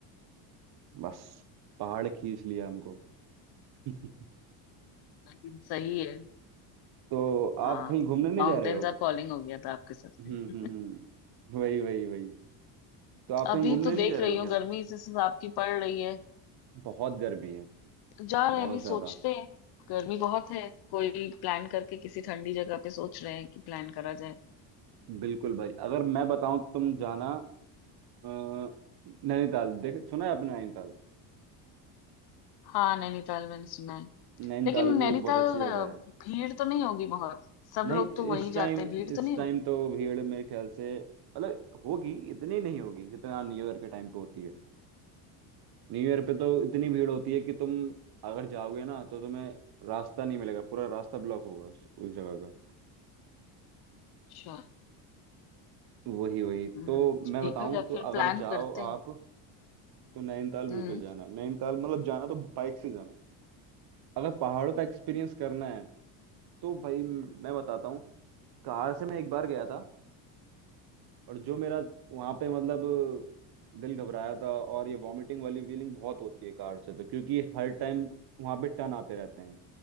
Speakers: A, on the right; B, on the left.
A: बस पहाड़ खींच लिया हमको <laughs>
B: लेकिन सही है
A: तो
B: हाँ
A: आप कहीं घूमने नहीं
B: माउंटेन्स
A: जा रहे हो अब
B: आर कॉलिंग हो गया था आपके साथ
A: हम्म
B: में
A: हम्म हम्म वही वही वही तो आप कहीं
B: अभी
A: घूमने
B: तो
A: नहीं
B: देख
A: जा रहे
B: रही
A: हो
B: हूँ
A: क्या
B: गर्मी इस हिसाब की पड़ रही है
A: बहुत गर्मी है
B: जा रहे
A: बहुत
B: हैं अभी सोचते
A: ज्यादा
B: हैं गर्मी बहुत है कोई प्लान करके किसी ठंडी जगह पे सोच रहे हैं कि प्लान करा जाए
A: बिल्कुल भाई अगर मैं बताऊं तुम जाना अ, नैनीताल देख सुना है आपने नैनीताल
B: हाँ नैनीताल मैंने सुना है
A: नैनीताल
B: लेकिन
A: भी
B: नैनीताल
A: एक बहुत अच्छी जगह
B: अ,
A: है
B: भीड़ तो नहीं होगी बहुत सब
A: नहीं
B: लोग तो वहीं
A: इस टाइम
B: जाते हैं
A: इस
B: भीड़ तो नहीं
A: टाइम
B: होगी
A: तो भीड़ मेरे ख्याल से मतलब होगी इतनी नहीं होगी जितना न्यू ईयर के टाइम पे होती है न्यू ईयर पे तो इतनी भीड़ होती है कि तुम अगर जाओगे ना तो तुम्हें रास्ता नहीं मिलेगा पूरा रास्ता ब्लॉक होगा उस, उस जगह का
B: श्योर
A: वही वही
B: हम्म
A: तो मैं बताऊं
B: देखा जाए
A: तो
B: फिर
A: अगर
B: प्लान
A: जाओ
B: करते हैं
A: आप तो नैनीताल बिल्कुल
B: हम्म
A: जाना नैनीताल मतलब जाना तो बाइक से जाना अगर पहाड़ों पे एक्सपीरियंस करना है तो भाई मैं बताता हूँ कार से मैं एक बार गया था और जो मेरा वहां पे मतलब दिल घबराया था और ये वॉमिटिंग वाली फीलिंग बहुत होती है कार से तो क्योंकि हर टाइम वहां पे टर्न आते रहते हैं